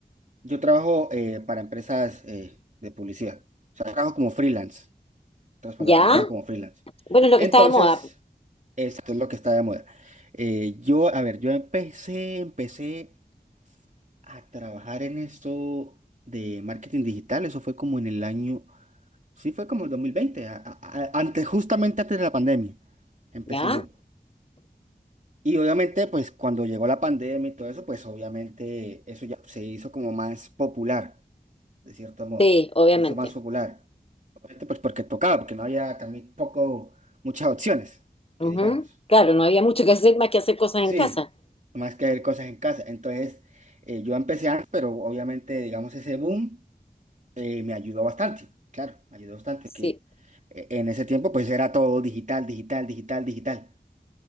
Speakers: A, on the right; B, on the left.
A: yo trabajo eh, para empresas eh, de publicidad. O sea, trabajo como freelance. En otras palabras,
B: ¿Ya?
A: yo trabajo como freelance.
B: Bueno, es lo
A: Entonces,
B: que está de moda.
A: esto es lo que está de moda. Eh, yo, a ver, yo empecé, empecé a trabajar en esto de marketing digital. Eso fue como en el año, sí, fue como el 2020, a- a- a- antes, justamente antes de la pandemia, empecé
B: ¿Ya?
A: yo. Y obviamente, pues cuando llegó la pandemia y todo eso, pues obviamente eso ya se hizo como más popular, de cierto modo.
B: Sí, obviamente.
A: Se hizo más popular. Obviamente, pues porque tocaba, porque no había también poco, muchas opciones, que
B: Ujú.
A: digamos.
B: Claro, no había mucho que hacer más que hacer cosas
A: Sí,
B: en casa.
A: más que hacer cosas en casa. Entonces, eh, yo empecé antes, pero obviamente, digamos, ese boom. eh, me ayudó bastante, claro, me ayudó bastante,
B: Sí.
A: que eh, en ese tiempo pues era todo digital, digital, digital, digital.